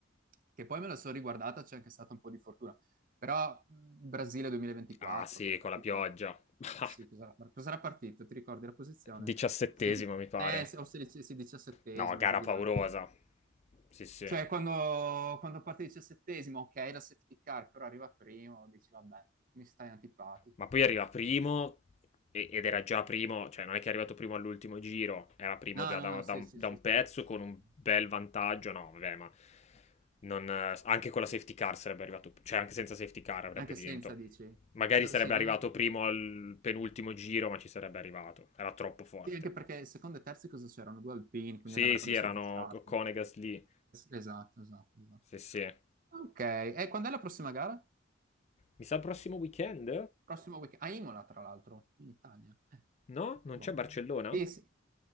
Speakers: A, on the right; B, on the left.
A: che poi me la sono riguardata, c'è anche stata un po' di fortuna. Però mh, Brasile 2024,
B: Ah sì,
A: che è partito...
B: con la pioggia. <laughs>
A: Sì, cos'era cos'era partito? Ti ricordi la posizione?
B: Diciassettesimo
A: Sedi-
B: mi pare.
A: eh, se- o sedici- sì, diciassettesimo,
B: No, gara
A: giù di
B: paurosa.
A: là.
B: Sì, sì.
A: Cioè, quando, quando parte il diciassettesimo, ok, la safety car, però arriva primo, dici, vabbè, mi stai antipatico.
B: Ma
A: ma-
B: poi arriva primo e- ed era già primo, cioè non è che è arrivato primo all'ultimo giro, era primo
A: No,
B: già
A: no,
B: da,
A: no,
B: da
A: sì,
B: un,
A: sì,
B: da
A: sì,
B: un
A: sì,
B: pezzo con
A: sì,
B: un
A: sì.
B: bel vantaggio, no, vabbè, ma non, eh, anche con la safety car sarebbe arrivato, cioè anche senza safety car avrebbe
A: Anche
B: vinto.
A: senza, dici?
B: Magari
A: No,
B: sarebbe
A: sì, non-
B: arrivato primo al penultimo giro, ma ci sarebbe arrivato, era troppo forte.
A: sì, anche perché secondo e terzi cosa c'erano? Due alpini, quindi
B: Sì,
A: l'avrebbe
B: sì, erano
A: sorpassato.
B: Conegas lì,
A: Esatto, esatto, esatto.
B: sì, sì.
A: Ok, e quando è la prossima gara?
B: Mi sa prossimo weekend?
A: Prossimo weekend? A Imola, tra l'altro, in Italia. Eh,
B: No? Non
A: boh.
B: c'è Barcellona?
A: Sì, sì.